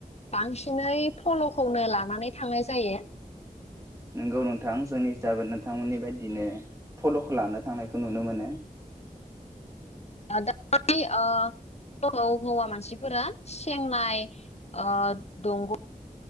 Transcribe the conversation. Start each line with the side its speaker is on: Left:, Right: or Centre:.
Left: बांसिनै फल'खौनो लानानै थांनाय जायो।
Right: नोंगौ नोंथां जोंनि हिसाबै नोंथांमोननि बायदिनो फल'खौ लानो थांनायखौ नुनो मोनो।
Left: दा हौवा मानसिफोरा सेंनाय ओ दंग'